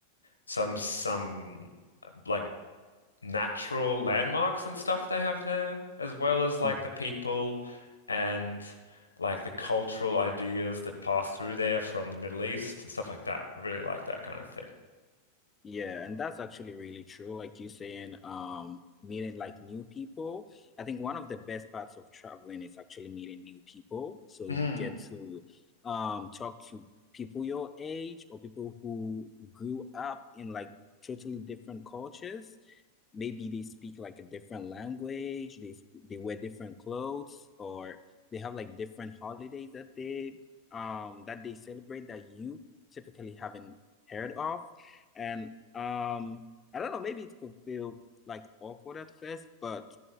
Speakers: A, on the left; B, on the left.
A: some some uh, like natural landmarks and stuff they have there, as well as like
B: hmm
A: the people and like the cultural ideas that pass through there from the Middle East and stuff like that. I really like that kind of thing.
B: Yeah, and that's actually really true. Like you saying, um, meeting like new people. I think one of the best parts of traveling is actually meeting new people. So you
A: Mm.
B: get to um talk to people your age or people who grew up in like totally different cultures. Maybe they speak like a different language, they sp- they wear different clothes, or they have like different holidays that they um that they celebrate that you typically haven't heard of. And um, I don't know, maybe it could feel like awkward at first, but